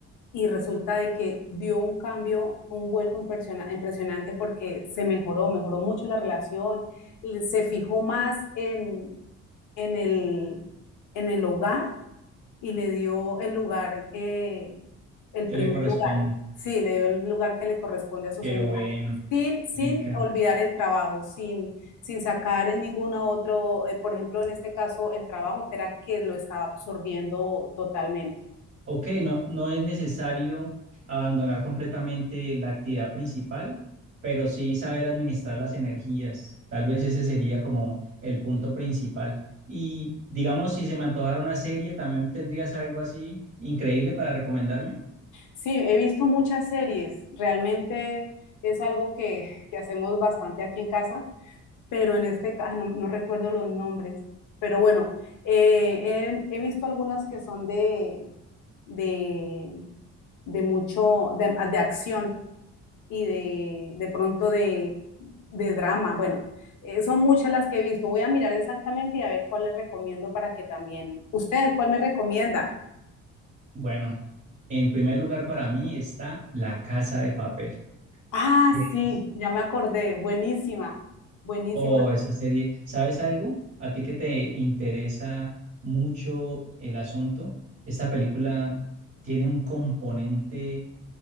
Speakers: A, on the left; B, on the right.
A: y resulta de que dio un cambio, un vuelco impresiona- impresionante porque se mejoró, mejoró mucho la relación, le- se fijó más en, en el, en el hogar y le dio el lugar, eh, el
B: ¿Qué
A: primer
B: le corresponde?
A: lugar. Sí, le dio el lugar que le corresponde a su
B: Qué
A: señora,
B: bueno.
A: sin, sin
B: Me encanta.
A: olvidar el trabajo, sin, sin sacar en ningún otro, eh, por ejemplo, en este caso, el trabajo que era que lo estaba absorbiendo totalmente.
B: Ok, no, no es necesario abandonar completamente la actividad principal, pero sí saber administrar las energías. Tal vez ese sería como el punto principal. Y digamos, si se me antojara una serie, ¿también tendrías algo así increíble para recomendarme?
A: Sí, he visto muchas series, realmente es algo que, que hacemos bastante aquí en casa, pero en este caso, no, no recuerdo los nombres, pero bueno, eh, he, he visto algunas que son de, de de mucho, de, de acción y de, de pronto de, de drama. Bueno, eh, son muchas las que he visto. Voy a mirar exactamente y a ver cuál les recomiendo para que también. ¿Usted cuál me recomienda?
B: Bueno, en primer lugar para mí está La Casa de Papel.
A: Ah,
B: Ok.
A: sí, ya me acordé. Buenísima, buenísima.
B: Oh, esa serie, ¿sabes algo? A ti que te interesa mucho el asunto, esta película tiene un componente